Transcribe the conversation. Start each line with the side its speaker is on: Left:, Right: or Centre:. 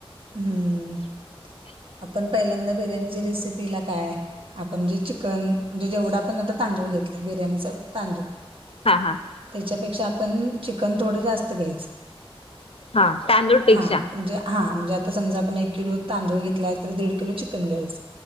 Right: हम्म.
Left: <unintelligible>
Right: आपण पहिल्यांदा बिर्याणीच्या रेसिपीला काय आपण जे चिकन, म्हणजे जेवढा आपण आता तांदूळ घेतलाय, बिर्याणीचा तांदूळ
Left: हा हा
Right: त्याच्यापेक्षा आपण चिकन थोडं जास्त घ्यायचं.
Left: हा तांदूळ पेक्षा
Right: हा म्हणजे हा म्हणजे आत् ता समजा, आपण एक किलो तांदूळ घेतलाय तर दिड किलो चिकन घ्यायचं.